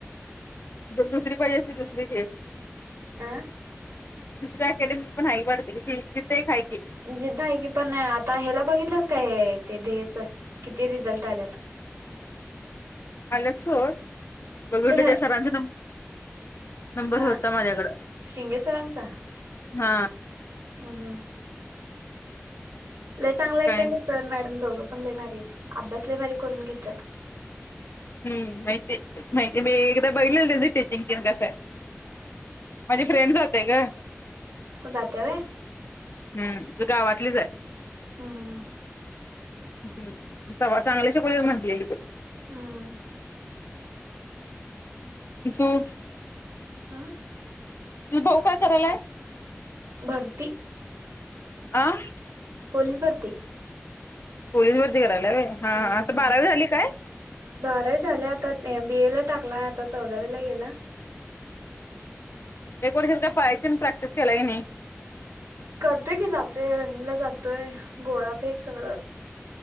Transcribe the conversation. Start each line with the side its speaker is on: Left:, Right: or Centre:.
Left: जर दुसरी पाहिजे असे दुसरी घे
Right: आं.
Left: दुसऱ्या अकॅडमी पण हाय वाढत कि क ती थेही खा
Right: जिद्द आहे की पण आता ह्याला बघितलंस काय हे ते तेच किती रिझल्ट आल्यात
Left: आल्यात सोड बघितलं
Right: ते
Left: त्या सरांचं नंबर
Right: हा
Left: होता माझ्याकड
Right: शिंगे सरांचा
Left: हा.
Right: <unintelligible> लय चांगलं येत
Left: काय?
Right: ना सर मॅडम दोघं पण लय भारीत अभ्यास लय भारी करून घेत्यात.
Left: हम्म माहिती माहिती मी एकदा बघितलं त्यांच टचिंगन कसं आहे. माझी फ्रेंड जाते ग.
Right: जाते व्हय.
Left: हम्म गावातलीच आहे.
Right: हम्म
Left: ह स सांगलीच्या पुजा म्हटलेली त.
Right: हम्म
Left: <unintelligible>
Right: आं.
Left: जी भाऊ काय करायलाय.
Right: भर्ती
Left: आं.
Right: पोलीस भरती
Left: पोलिस भरती करायलाय होय हा
Right: हम्म
Left: आता बारावी झाली काय?
Right: बारावी झाले आता बीए ला टाकलाय आता चौदावीला गेला
Left: एक वर्ष काय पळायची तेन प्रॅक्टिस केलाय काय नाही.
Right: करतो य की जातो य रनिंग ला जातोय गोळा फेक सगळं